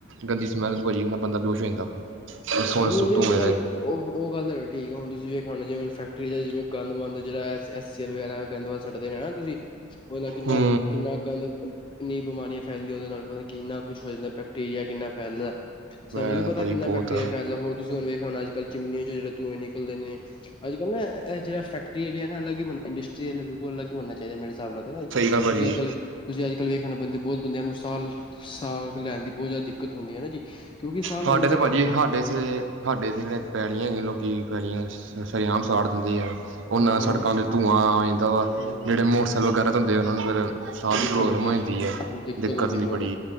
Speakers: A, on the right; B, on the left.
A: ਗੰਦੀ ਸਮੈਲ ਹੁੰਦੀ ਬੰਦਾ ਬੇਹੋਸ਼ ਹੋ ਜਾਂਦਾ। ਵਾ
B: ਹੈ ਨੀ ਜੀ ਉੇਹ
A: ਧੂੰਏ
B: ਤੇ ਗੱਲ
A: ਦੇ
B: ਉਹ ਉਹ ਗੱਲ ਠੀਕ ਹੈ ਹੁਣ ਤੁਸੀਂ ਜਿਵੇਂ ਖਉਣਾ ਜਿਵੇ ਫੈਕਟਰੀ ਜਿਵੇਂ ਗਦੰ ਮੰਦ ਜਿਹੜਾ ਐ। ਸਿਵਰੇਜ ਵਗੈਰਾ ਗੰਦ ਮਦੰ ਸੁਟਦੇ ਨੇ ਤੁਸੀਂ ਉਹਦਾ ਕਿੰਨਾ
A: ਹੂੰ
B: ਕਿੰਨਾ ਗੰਦ ਕਿੰਨੀ ਬਿਮਾਰੀਆਂ ਫੈਲਦੀਆਂ ਉਹਦੇ ਨਾਲ ਪਤਾ ਕਿੰਨਾ ਕੁਛ ਹੋ ਜਾਂਦਾ ਬੈਕਟੀਰੀਆ ਕਿੰਨਾ ਫੈਲਦਾ। ਸਾਨੂੰ
A: ਮੈਂ ਕਹਿੰਦਾ
B: ਕੀ ਪਤਾ
A: ਭਾਜੀ
B: ਕਿੰਨਾ
A: ਬਹੁਤ
B: ਬੈ ਦੋ ਹੋਰ ਤੁਸੀਂ ਹੁਣ ਵੇਖਿਆ ਹੋ ਅੱਜ ਕੱਲ ਚਿਮਨੀਆਂਚ ਜਿਹੜੇ ਧੂੰਏ ਨਿਕਲਦੇ ਨੇ ਅੱਜ ਕਲ੍ਹ ਨਾ ਇਹਜਿਹੜਾ ਜਿਹੜਾ ਫੈਕ ਏ ਏਰੀਆ ਨਾ ਅੱਲਗ ਇੰਸਟਰੀਲ ਬਿਲਕੁਲੱ ਅਲਗ ਹੋਣਾ ਚਾਹੀਦਾ ਮੇਰੇ ਹਿਸਾਬ ਨਾਲ ਹੈ ਨਾ ਜ ਤੁਸੀਂ
A: ਸਹੀ ਗੱਲ ਭਾਜੀ
B: ਅੱਜ ਕਲ ਤੁਸੀਂ ਅੱਜ ਕੱਲ੍ਹ ਵੇਖਣਾ ਬੰਦੇ ਬੌਤ ਬੰਦਿਆਂ ਨੂੰ ਸਾਹ, ਸਾਗ ਲੈਣ ਦੀ ਬੌਤ ਜ਼ਿਆਦਾ ਦਿੱਕਤ ਹੁੰਦੀ ਹੈ ਨਾ ਜੀ। ਕਿਉਂਕਿ ਸਾਹ ਲੈਂਦੇ
A: ਸਾਡੇ ਇੱਥੇ ਭਾਜੀ ਹਾਡੇ ਸਿਰੇ ਹਾਡੇ ਸਿਰੇ ਪੈਲੀਆਂ ਹੈਗੀਆਂ ਲੋਕੀ ਪੈਲੀਆਂ, ਸਰੇਆਮ ਸਾੜ ਦਿੰਦੇ ਆ। ਉਹਨਾਂ
B: ਹਾਂ
A: ਸੜਕਾਂ ਤੇ ਧੂੰਆਂ ਆ ਜਾਂਦਾ ਵਾ,
B: ਹੂੰ,
A: ਜਿਹੜੇ ਮੋਟਰਸਾਈਕਲ ਵਗੈਰਾ ਧੁੰਆ ਉਹਨਾਂ ਨੂੰ ਫਿਰ ਸਾਹ ਦੀ
B: ਦਿੱਕਤ
A: ਪ੍ਰੋਬਲਮ
B: ਹੁੰਦੀ
A: ਹੋ
B: ਹੈ,
A: ਜਾਂਦੀ
B: ਦਿੱਕਤ ਹੁੰਦੀ ਹੈ ਬੌਤ
A: ਬੜੀ
B: ਜਾ,